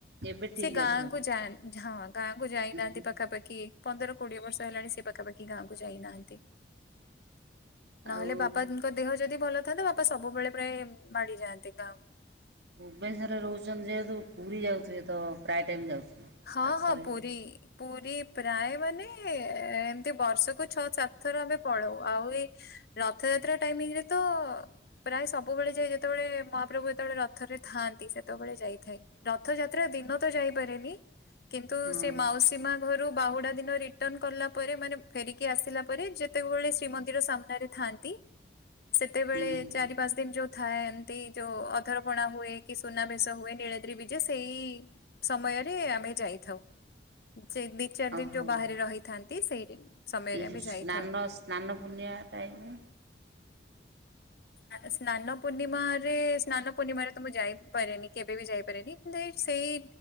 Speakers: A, on the right; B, on the left.
A: ଏବେ ଠିକ
B: ସେ ଗାଁ
A: ଅଛନ୍ତି।
B: କୁ ଯା ହଁ ଗାଁକୁ ଯାଇନାହାନ୍ତି
A: ଉହୁଁ
B: ପାଖାପାଖି ପନ୍ଦର କୋଡିଏ ବର୍ଷ ହେଲାଣି ସେ ପାଖାପାଖି ଗାଁକୁ ଯାଇନାହାନ୍ତି। ନହେଲେ
A: ଆଉ
B: ବାପାଙ୍କ ଦେହ ଯଦି ଭଲ ଥାଆନ୍ତା ବାପା ସବୁବେଳେ ପ୍ରାୟ ମାଡିଯାଆନ୍ତେ ଗାଁକୁ।
A: ଭୁବନେଶ୍ୱରରେ ରହୁଛନ୍ତି ଯେହେତୁ ପୁରୀ ଯାଉଥିବେ ତ ପ୍ରାୟ ଟାଇମ୍ ଯାଉଥିବେ।
B: ହଁ
A: ପାଖରେ
B: ହଁ ପୁରୀ। ପୁରୀ ପ୍ରାୟ ମାନେ ଏମତି ବର୍ଷକୁ ଛଅ ସାତ ଥର ଆମେ ପଳଉ ଆଉ ଏଇ ରଥଯାତ୍ରା ଟାଇମିଂ ରେ ତ ପ୍ରାୟ ସବୁବେଳେ ଯାଏ ଯେତେବେଳେ ମହାପ୍ରଭୁ ଯେତେବେଳେ ରଥ ରେ ଥାଆନ୍ତି ସେତେବେଳେ ଯାଇଥାଏ। ରଥଯାତ୍ରା ଦିନ ତ ଯାଇପାରେନି କିନ୍ତୁ
A: ହଁ
B: ସେ ମାଉସୀ ମା ଘରୁ ବାହୁଡ଼ା ଦିନ ରିଟର୍ଣ କଲା ପରେ ମାନେ ଫେରିକି ଆସିଲା ପରେ ଯେତେବେଳେ ଶ୍ରୀମନ୍ଦିର ସାମ୍ନାରେ ଥାଆନ୍ତି ସେତେବେଳେ
A: ହୁଁ
B: ଚାରି ପାଞ୍ଚ ଯୋଉ ଥାନ୍ତି ଏମିତି ଯୋଉ ଅଧରପଣା ହୁଏ କି ସୁନାବେେଶ ହୁଏ ନୀଳଦ୍ରୀ ବିଜେ ସେଇ ସମୟରେ ଆ ଆମେ ଯାଇଥାଉ ସେ ଦି ଚାରି
A: ଓହୋ
B: ଦିନ ଯୋଉ ବାହାରେ ରହିଥାନ୍ତି ସେଇ ସମୟରେ
A: ଏଇ ଯେଉ
B: ଆମେ
A: ସ୍ନାନ
B: ଯାଇଥାଉ।
A: ସ୍ନାନ ପୁର୍ଣିମା ଟାଇମରେ
B: ସ୍ନାନ ପୂର୍ଣ୍ଣିମାରେ ସ୍ନାନ ପୂର୍ଣ୍ଣିମାରେ ତ ମୁଁ ଯାଇପାରେନି କେବେ ବି ଯାଇପାରେନି। ସେଇ